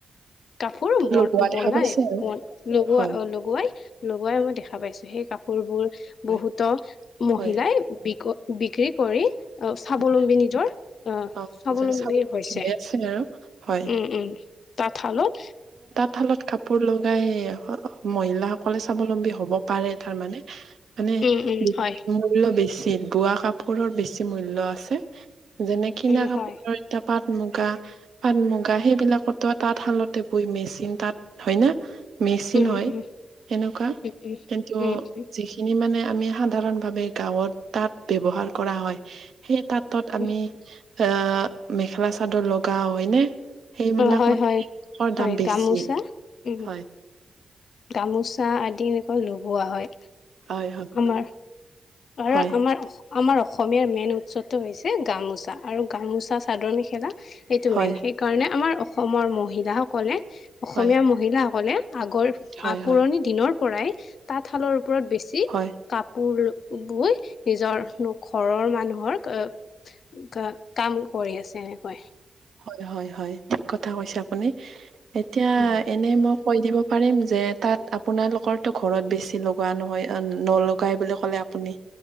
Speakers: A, on the left; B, on the right.
A: কাপোৰ ব
B: লগোৱা দেখা
A: বনাই
B: পাইছে আৰু
A: লগোৱা
B: হয়,
A: লগোৱাই লগোৱাই মই দেখা পাইছো সেই কাপ কাপোৰবোৰ
B: হয়,
A: বহুত মহিলাই
B: হয়,
A: বিক বিক্ৰী কৰি অ স্বাৱলম্বী
B: হয়।
A: নিজৰ আহ
B: অ',
A: স্বাৱলম্বী
B: য চাব হৈ
A: হৈছে
B: আছে আৰু হয়।
A: উম উম তাঁতশালত
B: তাঁতশালত কাপোৰ লগাই মহিলাসকলে স্বাৱলম্বী হ'ব পাৰে তাৰমানে মানে
A: উম উম হয়
B: মূল্য বেছি বোৱা কাপোৰৰ বেছি মূল্য আছে যেনে কিনা
A: উম
B: কাপোৰৰ
A: হয়
B: এতাপাত মুগা পাট মুগা সেইবিলাকতো তাত শালতে বই মেচিন তাত হয় ন মেচিন
A: উম
B: হয়
A: উম উম
B: সেনেকুৱা
A: উম
B: কিন্তু
A: উম উম
B: যিখিনি মানে আমি সাধাৰণ ভাৱে গাঁৱৰ তাঁত ব্যৱহাৰ কৰা হয় সেই তাঁতত আমি
A: উম
B: এ মেখেলা চাদৰ লগাও হয়নে সেইবিলাক
A: অ হয়
B: মানৰ
A: হয় হয়
B: দাম বেছি
A: গামোচা উম
B: হয়
A: গামোচা আদি এনেকুৱা লগোৱা হয়
B: হয় হয়
A: আমাৰ আৰু
B: হয়
A: আমাৰ আমাৰ অসমীয়াৰ মেইন উৎসৱটো হৈছে গামোচ চা আৰু গামোচা চাদৰ মেখেলা এইটো
B: হয়
A: মেইন সেইকাৰণে আমাৰ অসমৰ মহিলাসকলে অসমীয়া
B: হয়
A: মহিলাসকলে আগৰ
B: হয় হয়
A: পুৰণি
B: হয়
A: দিনৰ পৰাই তাঁতশালৰ কাপোৰকত বেছি
B: হয়
A: কাপোৰ বৈ নিজৰৰ ঘৰৰ মা মানুহৰ কাম কৰি আছে এনেকৈ
B: হয় হয় হয় ঠিক কথা কৈছে আপুনি এতিয়া
A: উম
B: এনে মোক কৈ দিব পাৰিম যে তাত আপোনালোকৰ তো ঘৰত বেছি লগোৱা নহয় নলগাই বুলি ক'লে আপুনি